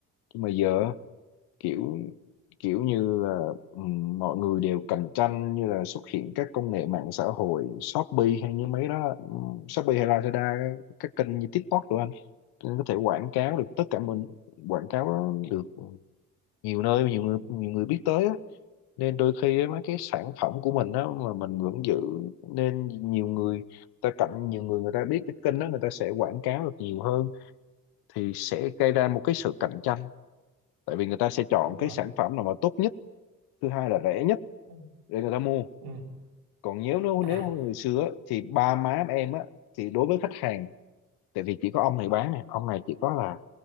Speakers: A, on the left; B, on the right.
A: nhưng mà giờ kiểu kiểu như là ừm, mọi người đều cạnh tranh như là xuất hiện các công nghệ mạng xã hội Shopee hay như mấy đó ừm, Shopee hay Lazada các kênh như TikTok rồi Tôi có thể quảng cáo được tất cả mình quảng cáo nó được nhiều nơi nhiều người nhiều
B: ừ,
A: người biết tới á. Nên đôi khi á, mấy cái sản phẩm của mình đó mà mình vẫn giữ nên nhiều người ta cạnh nhiều người người ta biết cái kênh đó người ta sẽ quảng cáo được nhiều hơn thì sẽ gây ra một cái sự cạnh tranh tại vì người ta sẽ chọn
B: đúng
A: cái
B: rồi
A: sản phẩm nào mà tốt nhất thứ hai là rẻ nhất
B: ừ,
A: để người ta mua
B: ừ.
A: còn nếu nếu
B: à
A: nếu không người xưa á, thì ba má em á thì đối với khách hàng tại vì chỉ có ông này bán này ông này chỉ có là